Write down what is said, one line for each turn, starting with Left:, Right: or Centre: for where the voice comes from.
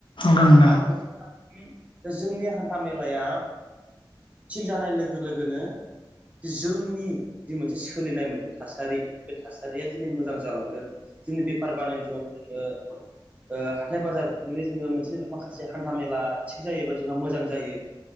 Left: नंगौ नोंथां नंगौ नोंथां
Right: आरो मोनसे खोथाया जोंनि हान्था मेलाया थिग जानाय लोगो लोगोनो जोंनि जि मोनसे सोलिनाय मोनसे थासारि बे थासारिया दिनै मोजां जालांगोन जोंनि बेफार बान <unintelligible> हाथाय बाजार हमनानै जोङो मोनसे माखासे हान्था मेला थिग जायोबा जोंहा मोजां जायो।